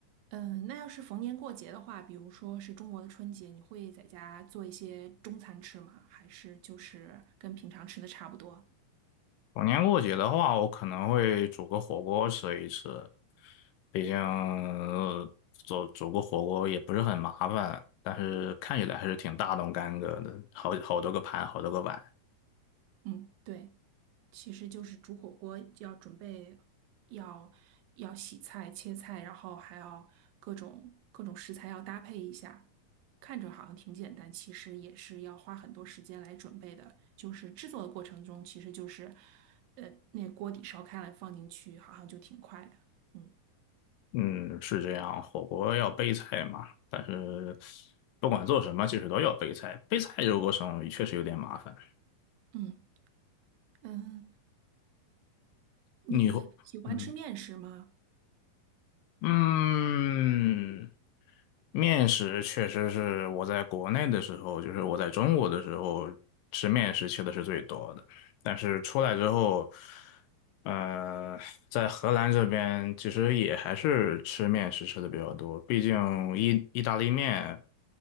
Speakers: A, on the right (about 80°); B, on the left (about 75°).
A: 嗯，那要是逢年过节的话，比如说是中国的春节，你会在家做一些中餐吃吗？还是就是跟平常吃的差不多？
B: 逢年过节的话，我可能会煮个火锅吃一吃，毕竟呃煮煮个火锅也不是很麻烦，但是看起来还是挺大动干戈的，好好多个盘，好多个碗。
A: 嗯，对。其实就是煮火锅要准备要要洗菜、切菜，然后还要各种各种食材要搭配一下。看着好像挺简单，其实也是要花很多时间来准备的。就是制作的过程中，其实就是，呃，那锅底烧开了放进去，好像就挺快的。嗯
B: 嗯，是这样，火锅要备菜嘛，但是不管做什么，其实都要备菜。备菜这个过程确实有点麻烦。
A: 嗯嗯，你喜欢吃面食吗？
B: 你会嗯。嗯，面食确实是我在国内的时候，就是我在中国的时候吃面食吃的是最多的，但是出来之后，呃，在荷兰这边其实也还是吃面食吃的比较多，毕竟意意大利面